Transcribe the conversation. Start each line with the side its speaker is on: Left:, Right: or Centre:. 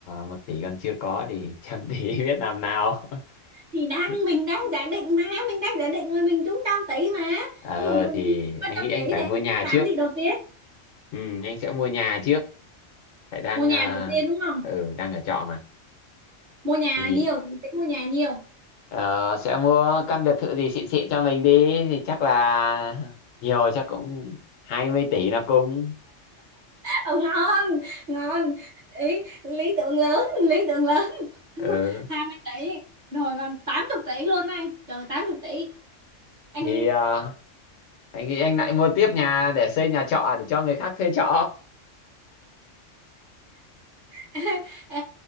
Left: một tỷ còn chưa có thì trăm tỷ <laughs> biết làm nào
Right: Thì đang
Left: <laughs>
Right: mình đang giả định mà, mình đang giả định rồi mình trúng trăm tỷ mà.
Left: ờ
Right: Ví dụ mình
Left: thì
Right: có
Left: anh
Right: trăm
Left: nghĩ anh
Right: tỷ
Left: phải
Right: thì anh
Left: mua nhà
Right: tính làm
Left: trước
Right: gì đầu tiên?
Left: ừ, anh sẽ mua nhà trước phải đang
Right: Mua nhà
Left: ờ,
Right: đầu tiên đúng không?
Left: ừ đang ở trọ mà
Right: Mua nhà
Left: thì
Right: nhiều, tính mua nhà nhiều. <laughs>
Left: ờ, sẽ mua căn biệt thự gì xịn xịn cho mình đi thì chắc là <laughs> nhiều chắc cũng 20 tỷ là cùng
Right: Ờ, ngon, ngon. Ý, lý tưởng lớn, lý tưởng lớn.
Left: ừ
Right: hai mươi tỷ, rồi còn 80 tỷ luôn anh. Trời 80 tỷ. Anh
Left: thì ờ, anh nghĩ anh lại mua tiếp nhà để xây nhà trọ để cho người khác thuê trọ
Right: <laughs> ê,